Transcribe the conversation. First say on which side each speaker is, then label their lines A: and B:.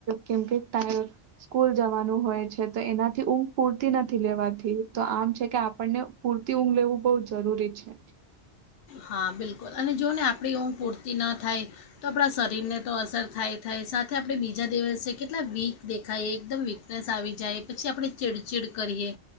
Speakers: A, on the right; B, on the left.
A: કેમ કે ત સ્કૂલ જવાનું હોય છે તો એનાથી ઊંઘ પૂરતી નથી લેવાથી તો આમ છે કે આપણને પૂરતી ઊંઘ લેવું બહ જરૂરી છે
B: હા બિલકુલ અને જો ને આપણી ઊંઘ પૂરતી ન થાય તો આપણા શરીરને તો અસર થાય થાય સાથે આપણે બીજા દિવસે કેટલા વીક દેખાઈએ એકદમ વીકનેસ આવી જાય પછી આપણે ચીડચીડ કરીએ